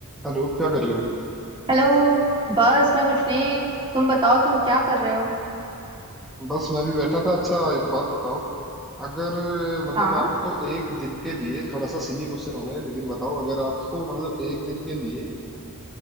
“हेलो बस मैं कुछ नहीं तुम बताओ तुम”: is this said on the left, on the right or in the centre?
Right